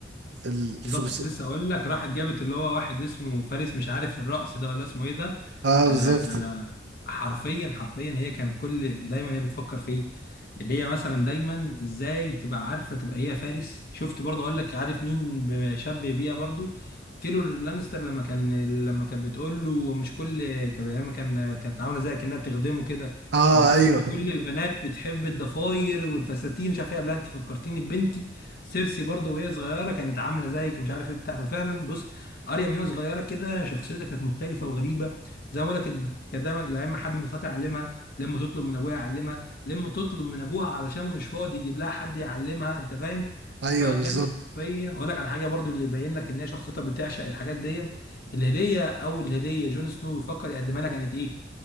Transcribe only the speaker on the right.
الفرس
اه
بالظبط
اه
ايوه
ايوه
بالظبط